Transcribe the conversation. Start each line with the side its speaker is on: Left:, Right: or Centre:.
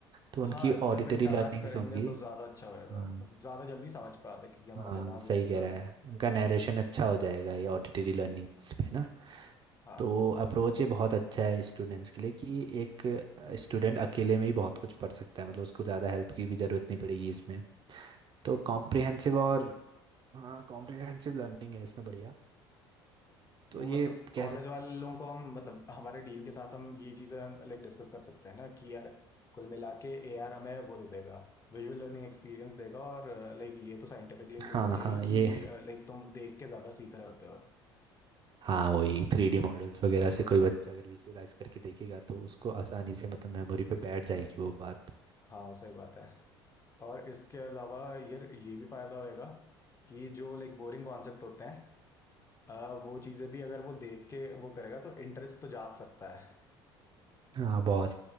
Right: तो
Left: हाँ
Right: उनकी
Left: जब
Right: ऑडिटरी
Left: इंटरैक्ट
Right: लर्निंग्स
Left: करेंगे
Right: होगी
Left: तो ज्यादा अच्छा होएगा
Right: हाँ
Left: मतलब ज्यादा जल्दी समझ पाते हैं, क्योंकि हमारा
Right: हाँ
Left: दिमाग
Right: सही
Left: लेकर
Right: कह रहा है उनका नरेशन अच्छा हो जाएगा ये ऑडिटरी लर्निंग्स पे ना
Left: हाँ
Right: तो अप्रोच ये बहुत अच्छा है स्टूडेंट्स के लिए कि एक स्टूडेंट अकेले में ही बहुत कुछ पढ़ सकता है मतलब उसको ज़्यादा हेल्प की भी ज़रूरत नहीं पड़ेगी इसमें तो
Left: हाँ
Right: कॉम्प्रिहेंसिव और हाँ कॉम्प्रिहेंसिव लर्निंग है इसमें बढ़िया तो
Left: तो
Right: ये
Left: मतलब
Right: कह
Left: कॉलेज
Right: सकते
Left: वालों को हम मतलब हमारे डीन के साथ हम ये चीजें लाइक डिस्कस कर सकते हैं ना कि यार कुल मिला के ए आर हमें वो दे देगा विजुअल लर्निंग एक्सपीरियंस देगा और लाइक ये तो साइंटिफिकली प्रूवन
Right: हाँ
Left: है
Right: हाँ
Left: ही
Right: ये
Left: कि लाइक तुम देख के ज्यादा सीख रहे होते हो
Right: हाँ वही थ्री डी मॉडल्स वगैरह
Left: वो
Right: से कोई बच्चा अगर विजुअलाइज करके देखेगा तो उसको आसानी से मतलब मेमोरी पे बैठ जाएगी वो बात
Left: हाँ सही बात है और इसके अलावा यार ये भी फायदा होएगा कि जो लाइक बोरिंग कॉन्सेप्ट होते हैं आ, वो चीजें भी अगर वो देख के वो करेगा तो इंटरेस्ट तो जाग सकता है
Right: हाँ बहुत